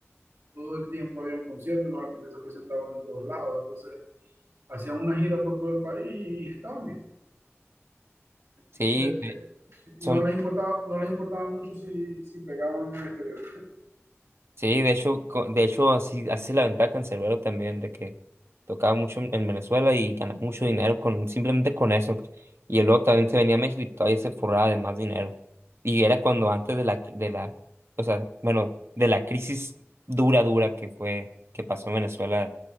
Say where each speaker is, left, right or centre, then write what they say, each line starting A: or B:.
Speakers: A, on the right (about 90°); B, on the right (about 60°).
A: Todo el tiempo había un concierto y los artistas se presentaban en todos lados. Entonces, hacían una gira por todo el país y estaban bien. Entonces,
B: sí, eh, son
A: no les importaba, no les importaba mucho si, si pegaban en el exterior.
B: Sí, de hecho, co- de hecho así, así es la ventaja en Cerbero también, de que tocaba mucho en en Venezuela y ganaba mucho dinero con, simplemente con eso. Y luego también se venía a México y todavía se forraba de más dinero. Y era cuando antes de la, de la, o sea, bueno, de la crisis dura, dura que fue, que pasó en Venezuela,